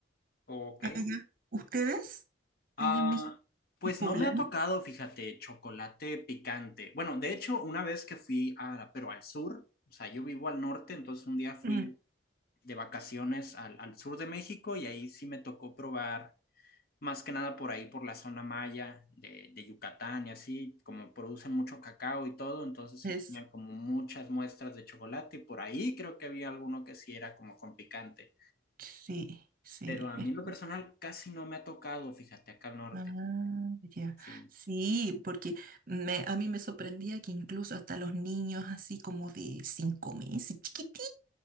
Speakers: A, on the left (about 50°); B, on the right (about 45°).
A: Ok,
B: allá. ¿Ustedes?
A: Ah,
B: Allá en México,
A: pues
B: el poblano.
A: no me ha tocado, fíjate, chocolate picante. Bueno, de hecho, una vez que fui a, pero al sur, o sea, yo vivo al norte, entonces un día fui
B: Mm,
A: de vacaciones al, al sur de México y ahí sí me tocó probar, más que nada por ahí, por la zona maya de, de Yucatán y así, como producen mucho cacao y todo, entonces sí
B: eso.
A: tenían como muchas muestras de chocolate y por ahí creo que había alguno que sí era como con picante.
B: Sí, sí.
A: Pero a
B: es-
A: mí en lo personal casi no me ha tocado, fíjate, acá al norte.
B: Ah, ya.
A: Sí.
B: Sí, porque me, a mí me sorprendía que incluso hasta los niños así como de cinco meses, chiquitito